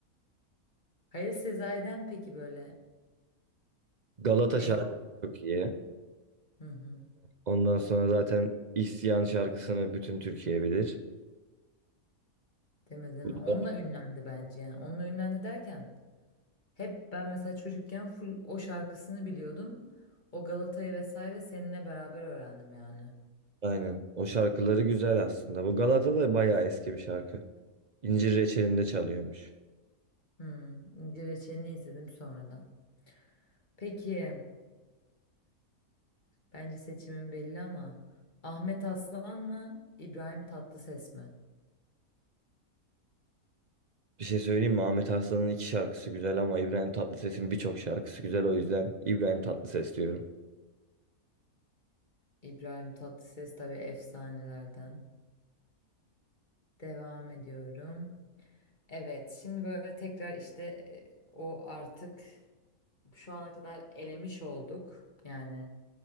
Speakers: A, on the left; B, on the right.
A: <laughs> Halil Sezai'den peki böyle
B: Galata
A: en...
B: şarkısı çok iyi.
A: Hı hı.
B: Ondan sonra zaten İsyan şarkısını bütün Türkiye bilir.
A: Deme deme.
B: Burada.
A: Onunla ünlendi bence yani. Onunla ünlendi derken Hep ben mesela çocukken full o şarkısını biliyordum. O Galata'yı vesaire seninle beraber öğrendim yani.
B: Aynen. O şarkıları güzel aslında. Bu Galata da bayağı eski bir şarkı. İncir Reçeli'nde çalıyormuş.
A: Hmm, İnci Reçeli'ni izledim sonradan. Peki, bence seçimin belli ama Ahmet Aslan mı, İbrahim Tatlıses mi?
B: Bir şey söyleyeyim mi? Ahmet Arslan'ın iki şarkısı güzel ama İbrahim Tatlıses'in birçok şarkısı güzel. O yüzden İbrahim Tatlıses diyorum.
A: İbrahim Tatlıses tabii efsanelerden. Devam ediyorum. Evet, şimdi böyle tekrar işte e, o artık şu ana kadar elemiş olduk. Yani